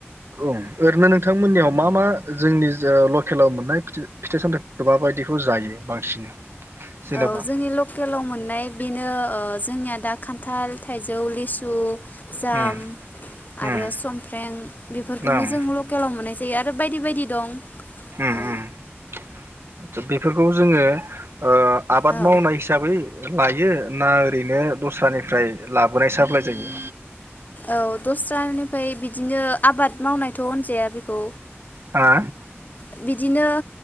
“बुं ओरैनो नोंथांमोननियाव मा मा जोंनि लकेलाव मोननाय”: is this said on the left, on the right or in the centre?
Right